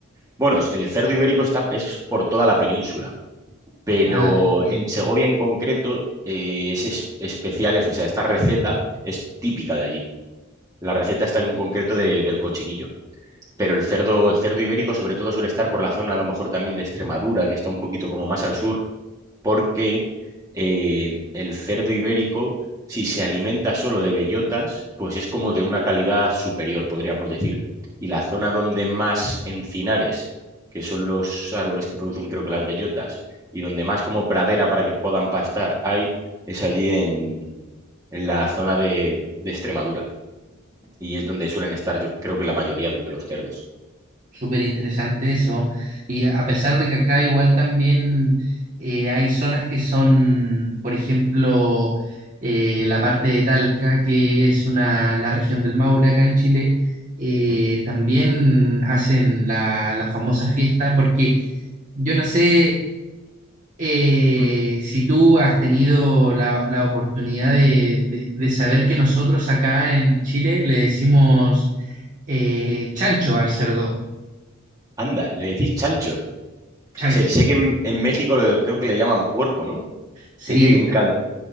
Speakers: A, on the right (about 20°); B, on the right (about 40°).
A: bueno, el cerdo ibérico está, es por toda la península. pero
B: Ah, bien,
A: en Segovia
B: bien.
A: en concreto eh, es es- especial, eso, o sea, esta receta es típica de allí. La receta está en concreto de- del cochinillo, pero el cerdo, el cerdo ibérico sobre todo suele estar por la zona a lo mejor también de Extremadura, que está un poquito como más al sur, porque eh, el cerdo ibérico, si se alimenta solo de bellotas, pues es como de una calidad superior, podríamos decir. Y la zona donde más encinares, que son los árboles que producen creo que las bellotas, y donde más como pradera para que puedan pastar hay, es allí en, en la zona de, de Extremadura. Y es donde suelen estar, yo creo que la mayoría de los cerdos.
B: Súper interesante eso. Y a pesar de que acá igual también eh, hay zonas que son, por ejemplo, eh, la parte de Talca, que es una, la región del Maule acá en Chile, eh,
A: Mm,
B: también hacen la, la famosa fiesta, porque yo no sé eh,
A: mm.
B: si tú has tenido la, la oportunidad de, de- de saber que nosotros acá en Chile le decimos eh, chancho al cerdo,
A: Anda, le decís chancho.
B: chancho.
A: Sé, sé que en, en México lo- creo que le llaman puerco, ¿no?
B: Sí,
A: Es que en cada,